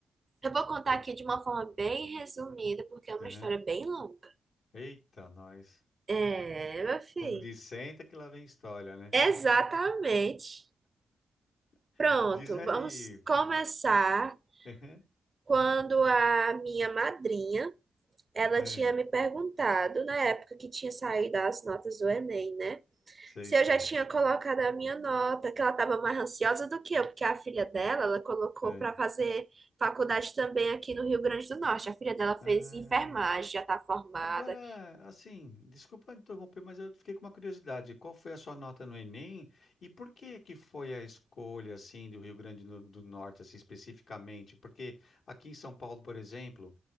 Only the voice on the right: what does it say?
Eu vou contar
aqui
de uma forma bem resumida, porque é uma
história bem longa.
É, meu filho.
Exatamente.
Pronto,
vamos começar
quando a minha madrinha, ela
tinha me perguntado, na época que tinha saído as notas do Enem, né?
se
eu já tinha colocado a minha nota, que ela estava mais ansiosa do que eu, porque a filha dela, ela colocou
para fazer faculdade também aqui no Rio Grande do Norte. A filha dela
fez enfermagem, já está formada.